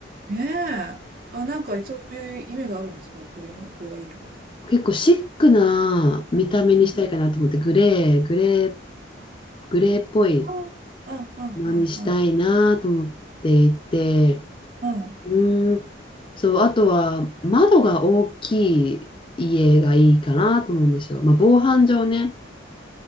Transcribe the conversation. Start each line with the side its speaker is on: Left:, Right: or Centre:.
Right: ねえ。あ、なんかそういう意味があるんですかこれ、これがいいとか。
Left: 結構シックな見た目にしたいかなと思って、
Right: うん。
Left: グレー、グレー、グレーっぽい
Right: あ、あ、あ、
Left: のにしたいなと思っていて、
Right: あ、あ、あ、あ、
Left: うーん。そう、あとは窓が大きい家がいいかなと思うんですよ。まあ、防犯上ね、